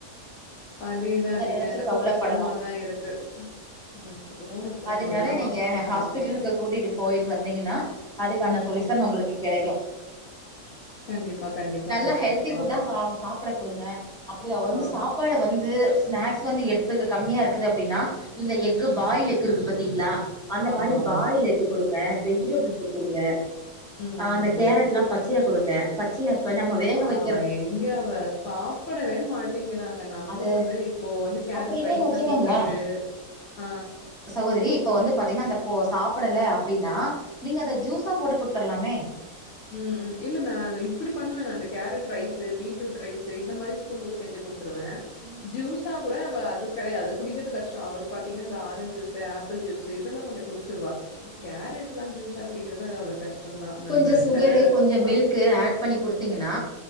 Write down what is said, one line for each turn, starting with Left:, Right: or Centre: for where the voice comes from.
Left: அதேதா அதேதா
Centre: நெனச்சு
Left: எனக்கு
Centre: கவலப்படணு
Left: கஷ்டமாதா இருக்கு ம். போணும், போணும்.
Centre: அதனால
Left: மொதல்ல
Centre: நீங்க
Left: ஹாஸ்பிட்டல் போயிட்டு
Centre: ஹாஸ்பிட்டலுக்கு
Left: வரணும்.
Centre: கூட்டிட்டு போயிட்டு வந்தீங்கன்னா அதுக்கான
Left: ம்.
Centre: சொல்யூசன் உங்களுக்கு கெடைக்கு
Left: கண்டிப்பா கண்டிப்பா
Centre: நல்லா
Left: சிஸ்டர்
Centre: ஹெல்தி
Left: பாப்போம்.
Centre: ஃபுட்டா சாப் சாப்பிட கொடுங்க அப்டி அவ வந்து
Left: ஆ.
Centre: சாப் அப்பாட வந்து ஸ்நாக்ஸ் வந்து எடுத்துக்க கம்மியா இருக்குது அப்டின்னா இந்த எக்கு
Left: ம்.
Centre: பாயில் எக்கு இருக்கு பாத்தீங்களா அந்த
Left: ஆமாமா.
Centre: மாதிரி பாயில் எக் குடுங்க வெஜிடபிள்ஸ்ச குடுங்க
Left: ம், ம்.
Centre: அந்த கேரட்ல்லா பச்சையா குடுங்க பச்சயா இப்ப நம்ம வேக வைக்
Left: வ எங்க அவ சாப்டவே மாட்டேங்கிறாங்க நம்மளு
Centre: அது
Left: வந்து இப்போ வந் வ கேரட்
Centre: அப்டி இல்லன்னு
Left: ரைஸா
Centre: வச்சுக்கங்களே
Left: குடுக்கறது ஆ
Centre: சகோதரி இப்ப வந்து பாத்தீங்கன்னா அந்த போ சாப்டல அப்டின்னா நீங்க அத ஜூஸா போட்டு குடுத்துறலாமே
Left: ம் ம் இல்ல நா இப்டி பண்ணுவே நா இந்த கேரட் ரைஸு பீட்ரூட் ரைஸு இந்த மாத்ரி ஸ்கூலுக்கு செஞ்சு குடுத்துருவே
Centre: ம்
Left: ஜூஸ் ஜுஸா கூட அவ அது கடையாது குடிக்கிறது கஷ்டோ அவளுக்கு பாத்தீங்ன்னா இந்த ஆரஞ்சு ஜூஸு ஆப்பிள் ஜூஸு இதெல்லா கொஞ்சோ குடிச்சுடுவா
Centre: ம்
Left: கேரட்ல்லா ஜூஸா குடிக்கிறது தா அவ்ளோ கஷ்டந்தா நம்ம
Centre: கொஞ்ச சுகரு
Left: செல
Centre: கொஞ்சோ
Left: ஆ
Centre: மில்க் ஆட் பண்ணி குடுத்தீங்னா